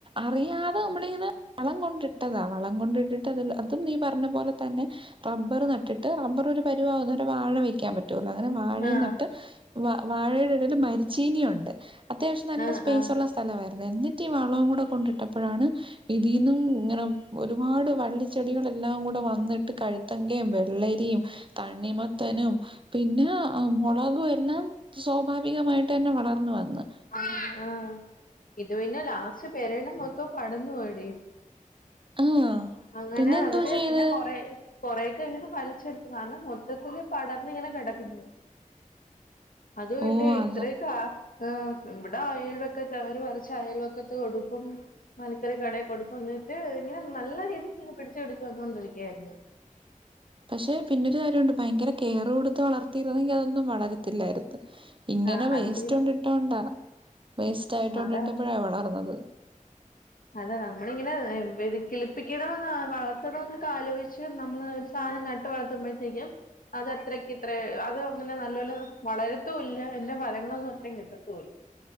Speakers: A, on the right; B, on the left.
A: അറിയാതെ മ്മളിങ്ങനെ വളം കൊണ്ടിട്ടതാ വ വളം കൊണ്ടിട്ട <unintelligible> അതും നീ പർഞ്ഞ പോലെ തന്നെ റബ്ബറ് നട്ടിട്ട് റബറ് ഒരു പരുവാകുന്ന വരെ വാഴ വെക്കാപ റ്റൊള്ളൂ. അങ്ങനെ വാഴേം
B: ആഹ്
A: നട്ട് വ വാഴയുടെടേല് മരിച്ചീനിയുണ്ട്. അത്യാവശ്യം നല്ല
B: ആഹ്
A: സ്പേസൊള്ള
B: ആഹ്
A: സ്ഥലവായിരുന്നു. എന്നിട്ട് ഈ വളോം കൂടെ കൊണ്ടിട്ടപ്പഴാണ് ഇതീന്നും ങ്ങനെ ഒരുപാട് വള്ളിച്ചെടികളെല്ലാം കൂടെ വന്ന്ട്ട് കഴുത്തങ്കേം, വെള്ളരീം തണ്ണിമത്തനും പിന്നെ ആ മൊളകും എല്ലാം സ്വാഭാവികമായിട്ടെന്നെ വളർന്ന് വന്ന്.
B: ആഹ് ആഹ് ഇത് പിന്നെ ലാസ്റ്റ് പെരയിടം മൊത്തോ പടർന്നു പോയെടി
A: ആഹ്
B: അങ്ങനെ
A: പിന്നെ എന്തോ
B: അവര്
A: ചെയ്ത്
B: പിന്നെ കൊറേ കൊറേക്കെ ങ്ങനെ വലിച്ചെട്ത്ത്. കാരണം മൊത്തത്തില് പടർന്നിങ്ങനെ കെടക്ക് ന്ന് അതും
A: ഓ
B: ഇല്ലേ ഇത്രയൊക്കെ
A: അത്
B: ആ ആഹ് വടെ അയൽവെക്കത്ത് അവര് പറിച്ച് അയൽവക്കത്ത് കൊടുക്കും. മലക്കറി കടേകൊടുക്കും. ന്ന്ട്ട് ഇങ്ങനെ നല്ല രീതിക്ക് ങ്ങനെ പിടിച്ച് പിടിച്ച് വന്നൊണ്ടിരിക്കയായിരുന്ന്. <inaudible>
A: പക്ഷെ പിന്നൊരു കാര്യോണ്ട്. ഭയങ്കര കെയറ് കൊടുത്ത് വളർത്തിയിരുന്നെങ്കി അതൊന്നും വളരത്തില്ലായിരുന്ന്. ഇങ്ങനെ
B: ആ
A: വേസ്റ്റ്
B: അത് ശരിയാ
A: കൊണ്ടിട്ടോണ്ടാ. വേസ്റ്റ് ആയിട്ടോണ്ടിട്ടപ്പോഴാ
B: അതാ
A: വളർന്നത്.
B: അതെ നമ്മളിങ്ങനെ വിതി ക്കിളിപ്പിക്കണോന്നാ വളർത്തണോ ന്നൊക്കെ ആലോചിച്ച് നമ്മള് ഒരു- സാനം നട്ട് വളർത്തുമ്പോഴത്തേക്കും അത് അത്രയ്ക്ക് ഇത്രേ അത് അങ്ങനെ നല്ലോലെ വളരത്തുല്ല. എന്റെ ഫലങ്ങളൊന്നും അത്രയും കിട്ടത്തൂ